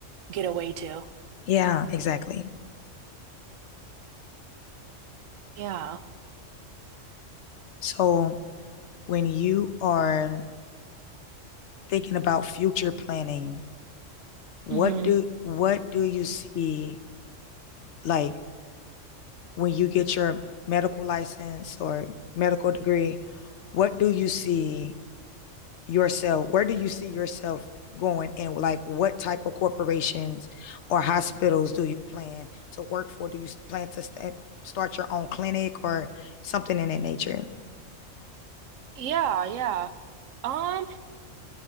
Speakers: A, on the right; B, on the left.
A: get away to.
B: Yeah, exactly.
A: Yeah.
B: So when you are thinking about future planning, what
A: hmm
B: do what do you see like when you get your medical license or medical degree, what do you see yourself? Where do you see yourself going? And like, what type of corporations or hospitals do you plan to work for? Do you plan to st- start your own clinic or something in that nature?
A: Yeah, yeah. Um,